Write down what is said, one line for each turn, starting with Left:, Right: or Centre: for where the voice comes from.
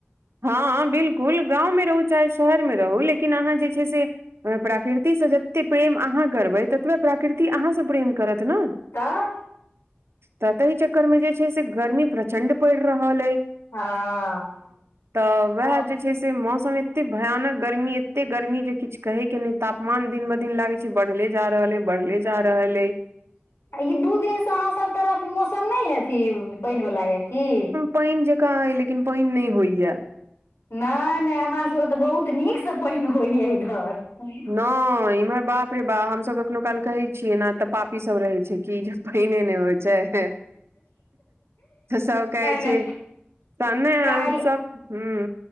Right: हँ बिलकुल गाँवमें रहु चाहे शहर में रहु लेकिन अहाँ जे छै से प्राकृतिसँ जते प्रेम अहाँ करबै, ततबे प्रकृति अहाँसँ प्रेम करत न।
Left: तऽ।
Right: तऽ तही चक्कर में जे छै, से गर्मी प्रचंड पैड़ रहल ऐ।
Left: हँ।
Right: तऽ वएह
Left: आ
Right: जे छै, से मौसम एते भयानक गर्मी एते गर्मी जे किछु कहे के नहि ताप मन दिन ब दिन लागे छै बढ़ले जा रहल हइ बढ़ले जा रहल हइ।
Left: ई दू दिनसँ अहाँ सभ तरफ मौसम नहि अथी पाइन वला यऽ की।
Right: पाइन जकाँ हय, लेकिन पाइन नहि होइया।
Left: नै- नै हमरा सबके तऽ बहुत नीकसँ पाइन होइए इधर। नहि
Right: ना इम्हर बाप रे बा हमस कखनो काल कहे छियै ने तऽ पापी सब रहे कि जे पाइने ने होइ छै, सब कहे
Left: नहि
Right: छै त ने हम-
Left: काल्हि
Right: सब हूं।